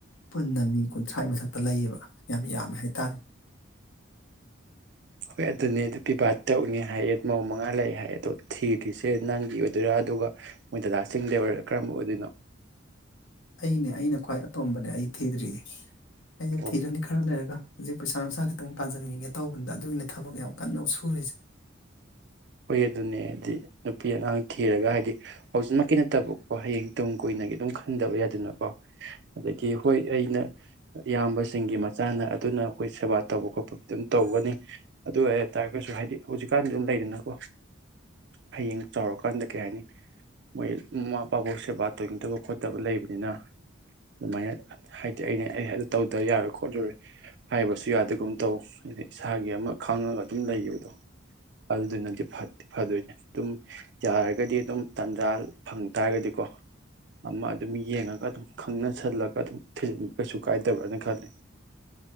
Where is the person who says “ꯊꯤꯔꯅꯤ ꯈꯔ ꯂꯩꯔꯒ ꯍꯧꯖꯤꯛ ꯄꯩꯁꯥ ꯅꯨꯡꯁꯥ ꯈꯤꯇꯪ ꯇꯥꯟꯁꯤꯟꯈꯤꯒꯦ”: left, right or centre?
Left